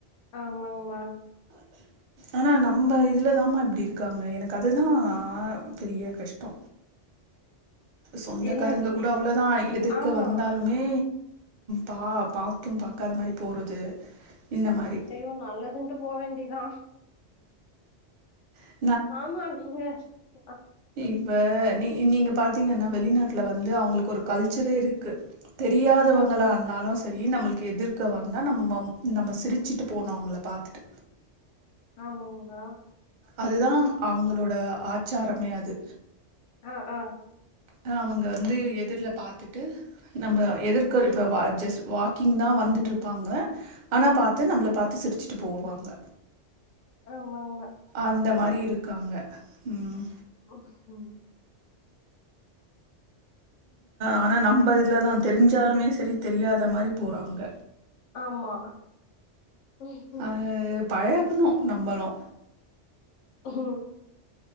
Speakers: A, on the left; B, on the right.
A: ஆமாங்மா
B: ஆனா நம்ம இதுல தா ம இப்டி இருக்காங்க எனக் கு அதுதா பெரிய கஷ்டோ சொந்தக்காரங்க
A: என்னதுங்மா
B: கூட அவ்ளோதா எதிர்க்க
A: ஆமா
B: வந்தாலுமே பா பாத்து பாக்காத மாரி போறது இந்த மாரி
A: ஐயோ நல்லதுன்ட்டு போ வேண்டியதா
B: ஆஹ
A: ஆமா நிக அ
B: இப்ப நீ நீங்க பாத்திங்கன்னா வெளிநாட்ல வந்து அவங்களுக்கு ஒரு கல்ச்சரே இருக்கு தெரியாதவங்களா
A: ஆமா
B: அன்னாலு சரி நம்மளுக் எதிர்க்க வந்தா நம்மம் நம்ம சிரிச்சிட்டு போனு அவங்கள பாத்துட்டு
A: ஆமாங்ளா
B: அதுதா அவங்களோட ஆச்சாரமே அது
A: ஆ ஆ
B: அ அவங்க வந்து எதிர்ல பாத்துட்டு நம்ம எதிர்க்கருக்க வ ஜஸ்ட் வாக்கிங் தா வந்துட்ருப்பாங்க ஆனா பாத்து நம்ள பாத்து சிரிச்சிட்டு போவாங்க
A: ஆமாங்மா
B: அந்த மார் அப்டி இருக்காங்க உம்
A: ஆஹ
B: ஆனா நம்ம இதுலதா
A: இப்பல்லா
B: தெரிஞ்சாலுமே செரி தெரியாத மாரி போறாங்க
A: ஆமா ம்
B: அஹ் பழஹ்ணு நம்மளு
A: ஆஹ